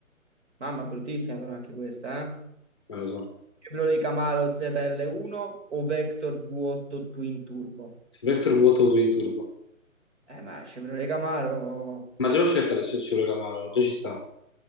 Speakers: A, on the right; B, on the left.
A: Mamma, bruttissima però anche questa, eh?
B: non lo so.
A: Chevrolet Camaro ZL1 o Vector V8 Twin Turbo?
B: Vector vuoto auto in turbo.
A: Eh, ma Chevrolet Camaro,
B: Ma già l'ho scelta la Chevrolet Camaro, già ci sta.